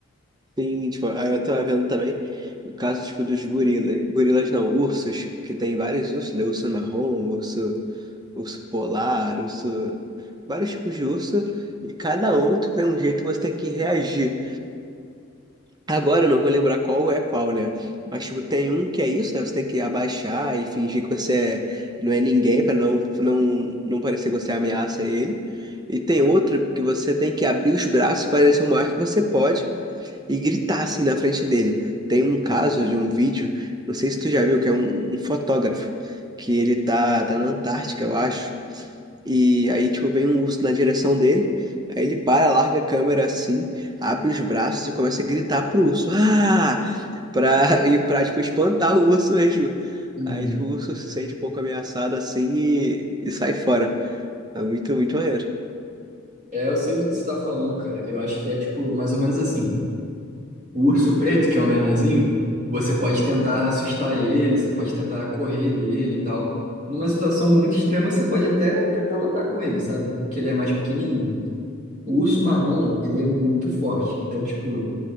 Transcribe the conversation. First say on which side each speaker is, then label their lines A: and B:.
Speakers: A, on the right; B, on the right.
A: Tem, tipo, aí eu tava vendo também o caso, tipo, dos gorilas. Gorilas não, ursos, que tem vários ursos, né? Urso marrom, urso, urso polar, urso. Vários tipos de urso. E cada um tem um jeito que você tem que reagir. Agora eu não vou lembrar qual é qual, né? Mas tipo, tem um que é isso, né? Você tem que abaixar e fingir que você não é ninguém pra não, não, não parecer que você ameaça ele. E tem outro que você tem que abrir os braços para parecer o maior que você pode e gritar assim na frente dele. Tem um caso de um vídeo, não sei se tu já viu, que é um, um fotógrafo que ele tá, tá na Antártica, eu acho. E aí, tipo, vem um urso na direção dele. Aí ele para, larga a câmera assim, abre os braços e começa a gritar pro urso. Ah! Pra, <laughs> e pra, tipo, espantar o urso mesmo.
B: Uhum.
A: Aí, tipo, o urso se sente um pouco ameaçado assim e, e sai fora. É muito, muito maneiro.
B: É, eu sei do que você tá falando, cara. Eu acho que é, tipo, mais ou menos assim. O urso preto, que é o menorzinho, você pode tentar assustar ele, você pode tentar correr dele e tal. Numa situação muito extrema, você pode até tentar lutar com ele, sabe? Porque ele é mais pequenininho. O urso marrom, ele é muito forte. Então, tipo,